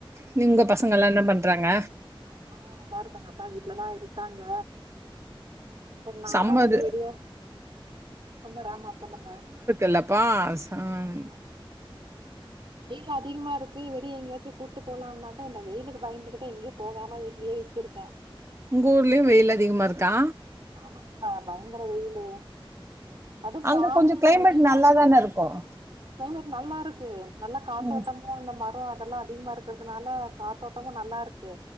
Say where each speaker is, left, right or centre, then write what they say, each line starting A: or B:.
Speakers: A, on the right (about 30°); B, on the right (about 65°).
A: நீ உங்க பசங்க எல்லாம் என்ன பண்றாங்க
B: ஆ நல்லா இருக்காங்கப்பா வீட்டு்லதா இருக்காங்க சேரி நாதா
A: சம்மர்
B: கொஞ்ச விடியா ரொம்ப ரேர்னா சொல்லுங்க
A: இல்லப்பா சாம்
B: ஆமா வெயில் அதிகமா இருக்கு வெளியில எங்கயாச்சு கூப்பிட்டு போலாம்னாக்கா இந்த வெயிலுக்கு பயந்துகிட்ட எங்கயு போகாம வீட்டுலேயே வச்சிருக்கே
A: உங்க ஊர்லயு வெயில் அதிகமாக இருக்கா
B: ஆமாப்பா பயங்கர வெயிலு அது
A: அங்க
B: காலையில
A: கொஞ்சம் கிளைமேட்
B: விடியுறப்போ
A: நல்லா தானே இருக்கும்
B: கிளைமேட் நல்லாருக்கு நல்லா காத்தோட்டமு
A: ம்,
B: இந்த மரோ எல்லா அதிகமா இருக்கறதுனால காத்தோட்டமு நல்லாருக்கு